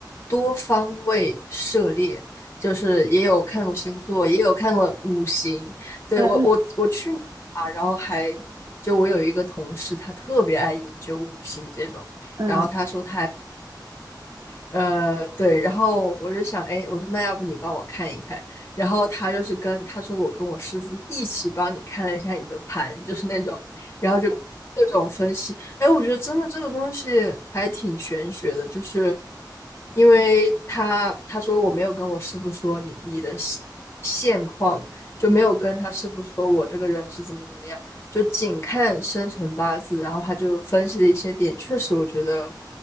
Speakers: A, on the left; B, on the right.
A: 多方位涉猎，就是也有看过星座，也有看过五行。对，
B: 嗯
A: 我我我去年啊，然后还就我有一个同事，他特别爱研究五行这种，
B: 嗯
A: 然后他说他还呃，对，然后我就想，哎，我说那要不你帮我看一看，然后他就是跟他说我跟我师傅一起帮你看了一下你的盘，就是那种，然后就各种分析，哎，我觉得真的这个东西还挺玄学的，就是因为他他说我没有跟我师傅说你你的现现况，就没有跟他师傅说我这个人是怎么怎么样，
B: 嗯，
A: 就仅看生辰八字，然后他就分析了一些点，确实我觉得